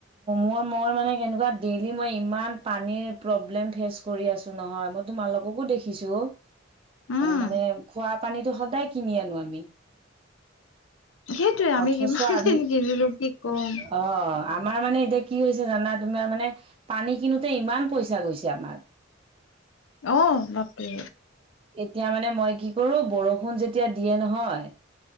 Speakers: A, on the right (about 30°); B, on the left (about 80°).
A: মই মই মানে কেনেকুৱা ডেইলি মই ইমান পানীৰ প্ৰব্লেম ফেচ কৰি আছো নহয় মই তোমালোককো দেখিছো।
B: উম
A: আহ মানে খোৱা পানীটো সদায় কিনি আনো আমি।
B: সেইটোৱে
A: অথচ
B: আমি কি
A: আমি
B: কিনিলো কি কম।
A: অ আমাৰ মানে এতিয়া কি হৈছে জানা তোমাৰ মানে পানী কিনোতে ইমান পইচা গৈছে আমাৰ।
B: অ' বাপ ৰে
A: এতিয়া মানে মই কি কৰো বৰষুণ যেতিয়া দিয়ে নহয়